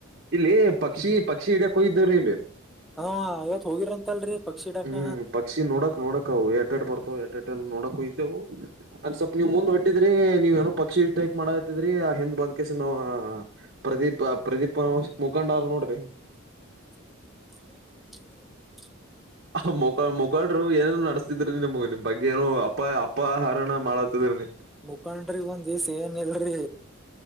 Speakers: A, on the right (about 50°); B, in the centre.
A: ಇಲ್ಲಿ ಪಕ್ಷಿ ಪಕ್ಷಿ ಇಡ್ಯ ಕೊಗಿದ್ಯರ್ ಇಲ್ಲಿ.
B: ಹಾ ಇವತ್ ಹೋಗಿರಂತಲ್ರಿ. ಪಕ್ಷಿ ಹಿಡಾಕ
A: ಹ್ಮ್ ಪಕ್ಷಿ ನೋಡಕ್ ನೋಡಕವ್ಯ. ಟೆಟ್ ಬರ್ತವೆ ಎಟೆಟ್ ಏನ್ ನೋಡಕ್ ಹೋಗಿದ್ದೆವು ಅಲ್ ಸ್ವಪ್ ನೀವ್ ಮುಂದ್ ಹೊಟ್ಟಿದ್ರಿ ನೀವ್ ಏನೋ ಪಕ್ಷಿ ಟೈಪ್ ಮಾಡ ದ್ರಿ ಆ ಹಿಂದ್ ಬಂದ್ಕೆಸಿಂದವ ಪ್ರದೀಪ ಪ್ರದೀಪ್ನ ಮುಖಂಡವ್ ನೋಡ್ರಿ.
B: <unintelligible> ಇಬ್ರ <unintelligible>
A: ಆ ಮುಾ ಮುಖಾಳರು ಏನೇನು ನಡೆಸ್ತಿದ್ರಿ ನಿಮ್ಗ್ ನಿಮ್ ಬಗ್ಗೆ ಏನು ಅಪ್ಪ ಅಪ್ಪಹರಣ ಮಾಡತಿದ್ರನ
B: ಮುಖಂಡ್ರಿ ಒಂದ್ ದಿವಸ ಏನ್ ಇಲ್ರಿ